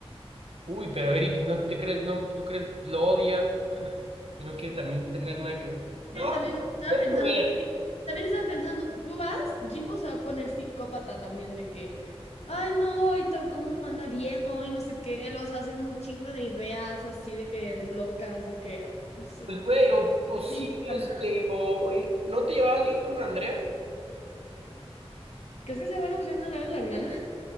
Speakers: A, on the right; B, on the left.
A: Uy, pero Eric, ¿no te crees, no, tú crees, lo odia y no quiere también tener nada que ver? No,
B: que también
A: pues,
B: estaba
A: déjame
B: pensando,
A: ver.
B: <laughs> también estaba pensando, tú vas, Jimbo se va a poner psicópata también de que, ay, no, y to- cómo manda Diego y no sé qué, lo vas a hacer un chingo de ideas así de que locas, de que, no sé.
A: Pues, güey, o, pues sí,
B: No importa
A: este,
B: nada.
A: o, oye, ¿no te llevabas bien con Andrea?
B: ¿Crees que sea buena opción hablar a la hermana?